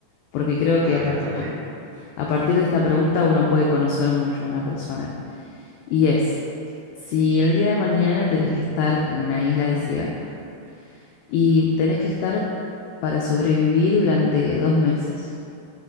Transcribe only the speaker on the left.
porque creo
que a,
par-
a- a partir de esta pregunta uno puede conocer mucho a una persona. Y es, si el día de mañana tenés que estar en una isla desierta y tenés que estar para sobrevivir durante dos meses.